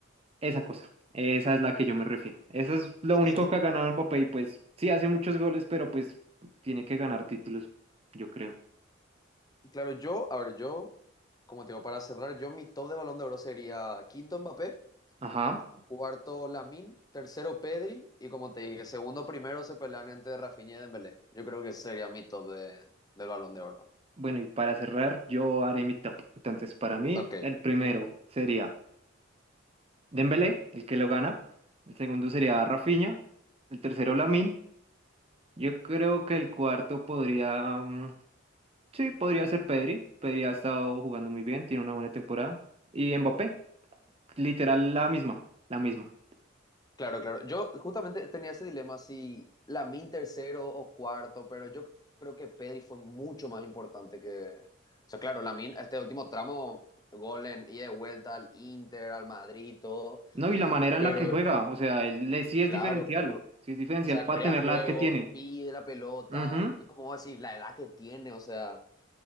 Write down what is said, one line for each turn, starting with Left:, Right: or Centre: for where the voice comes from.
Right: esa cosa. Esa es la que yo me refiero. Eso es lo
Left: Sí,
Right: único
Left: sí, sí.
Right: que ha ganado Mbappé y pues sí hace muchos goles, pero pues tiene que ganar títulos, yo creo.
Left: Claro, yo, a ver, yo, como te digo, para cerrar, yo mi top de Balón de Oro sería quinto Mbappé,
Right: Ajá.
Left: cuarto Lamine, tercero Pedri y como te dije, segundo primero se pelean entre Rafinha y Dembélé. Yo creo que ese sería mi top de, del Balón de Oro.
Right: Bueno, y para cerrar, yo haré mi top. Entonces, para mí,
Left: Ok,
Right: el primero
Left: ok, ok.
Right: sería Dembélé, el que lo gana. El segundo sería Rafinha. El tercero, Lamine. Yo creo que el cuarto podría, mm, sí, podría ser Pedri. Pedri ha estado jugando muy bien, tiene una buena temporada. Y Mbappé, literal la misma, la misma.
Left: Claro, claro. Yo justamente tenía ese dilema si Lamin tercero o cuarto, pero yo creo que Pedri fue mucho más importante que... O sea, claro, Lamin, este último tramo, gol en ida y de vuelta al Inter, al Madrid, todo,
Right: No, y la manera en
Left: pero
Right: la que juega, o sea, él, él sí es
Left: claro,
Right: diferencial,
Left: claro.
Right: sí es diferencial
Left: O sea,
Right: para
Left: crea
Right: tener
Left: juego,
Right: la edad que tiene.
Left: pide la pelota,
Right: Ujú,
Left: y como decir, la edad que tiene, o sea...